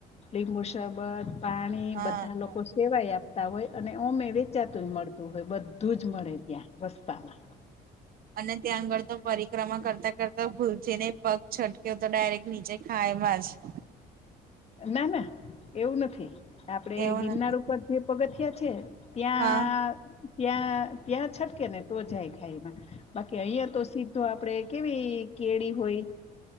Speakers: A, on the left; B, on the right.
A: લીંબુ શરબત, પાણી
B: હા
A: બધા
B: હા
A: લોકો સેવાય આપતા હોય અને ઓમે વેચાતુંય મળતું હોય બધું જ મળે ત્યાં રસ્તામાં
B: અને ત્યાં આગળ તો પરિક્રમા કરતા કરતા ભૂલથી ને પગ છટકયો તો ડાયરેક્ટ નીચે ખાઇમા જં
A: ના ના એવું નથી આપડે
B: એવું
A: ગિરનાર
B: નથી
A: ઉપર જે પગથિયા છે ત્યાં
B: હા
A: ત્યાં ત્યાં છટકે ને તો જાય ખાઈમાં બાકી અહીયાં તો સીધો આપડે કેવી કેડી હોય.